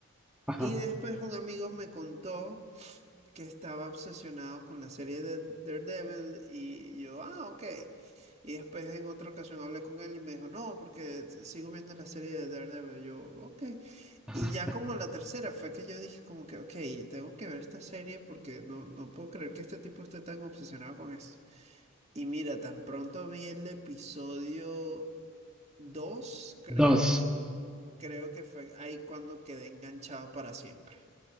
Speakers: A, in the centre; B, on the right.
A: ajá,
B: Y después un amigo me contó que estaba obsesionado con la serie de Daredevil y yo, ah, ok. Y después en otra ocasión hablé con él y me dijo, no, porque sigo viendo la serie de Daredevil. Yo, ok.
A: ajá.
B: Y ya como la tercera fue que yo dije como que, ok, tengo que ver esta serie porque no, no puedo creer que este tipo esté tan obsesionado con esto. Y mira, tan pronto vi el episodio dos creo,
A: Dos.
B: creo que fue ahí cuando quedé enganchado para siempre.